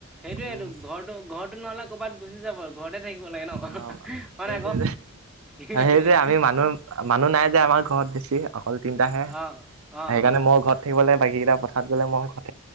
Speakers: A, in the centre; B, on the right (about 90°).
A: সেইটোৱেটো
B: উম
A: ঘৰটো-ঘৰটো নহ'লে ক'ৰবাত গুচি যাব। ঘৰতে থাকিব লাগে ন'
B: অ সেইটোৱে
A: হয় নাই কহ।
B: সেইটোৱে আমি মানুহ মানুহ নাই যে আমাৰ ঘৰত বেছি অকল তিনিটাহে
A: অ', অ',
B: সেইকাৰণে
A: অ',
B: মইও ঘৰত থাকিব লাগে বাকীকেইটা পথাৰত গ'লে মই ঘ